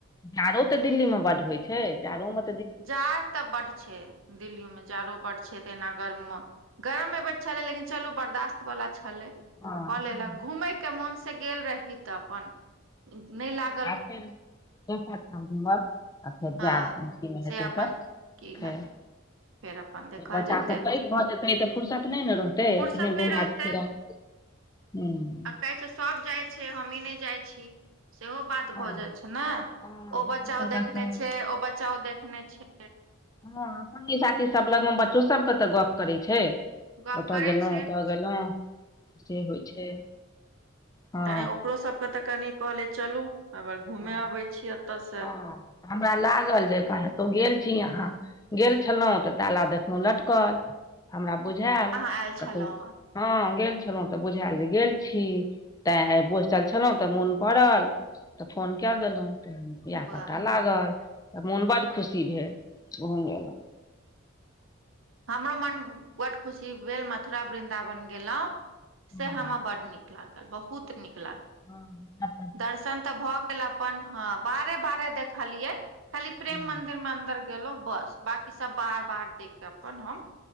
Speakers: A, on the left; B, on the right.
A: जाड़ो तऽ दिल्ली मे बड होय छै, जाड़ो मे
B: जाड़ तऽ बड छै। दिल्ली मे जाड़ो बड छै तहना गरम मे, गरम एबेर छलै लेकिन चलु बर्दास त वला छलै
A: हँ
B: कऽ लेलक घूमे के मोन से गेल रही तऽ अपन नै ला
A: आब फेर दोसर ठा घूमब आ फेर
B: हँ
A: जाड़ मे किन हेतै
B: से अपन
A: तऽ
B: की
A: फेर
B: हेतै फेर अपन देखल
A: फेर बच्चा
B: जेतै
A: सब पैघ भऽ जेतै तऽ फुरसत नै ने रहतै,
B: फुर्सत
A: एखने
B: नहि
A: घुमा
B: रहतै
A: फिरा। <unintelligible> हूँ
B: आ कहै छै सब जाय छै, हमी नै जाय छी। सेहो बात
A: हँ
B: भऽ जाय छै नै ओ
A: हँ बच्चो
B: बच्चा
A: सबके
B: ओ देखनाय
A: सब
B: छै ओ बच्चा ओ देखनाय छै।
A: हां संगी साथी सब लग मे बच्चो सब के तऽ गप करै छै।
B: गप
A: ओता
B: करै
A: गेलौ,
B: छै
A: ओता गेलौ से होय छै। हँ
B: तैं ओकरो सबके तऽ कनि कहले चलु अगर घूमे
A: हँ
B: आबै छी एता से।
A: हँ हमरा लागल जे कहैं तो गेल छी अहाँ। गेल छलौ तऽ ताला देखलौ लटकल हमरा बुझाएल
B: अहाँ आयल
A: कतौ
B: छलहुँ
A: हां गेल छलौ तऽ बुझाएल जे गेल छी, ताए आय बैसल छलौ तऽ मुन पड़ल। तऽ फोन कर देलौ ते इहाए
B: वाह
A: पता लागल तऽ मोन बड खुशी भेल। उहो नै एला।
B: हमरो मन बड खुशी भेल मथुरा वृन्दावन गेलौ
A: हँ
B: से हमरा बड नीक लागल, बहुत नीक लागल।
A: हां।
B: दर्शन तऽ भऽ गेल अपन, हां बाहरे-बाहरे देखलियै। खाली प्रेम
A: हँ
B: मन्दिर मे अन्दर गेलौ बस बाकी सब बाहर-बाहर देख के अपन हम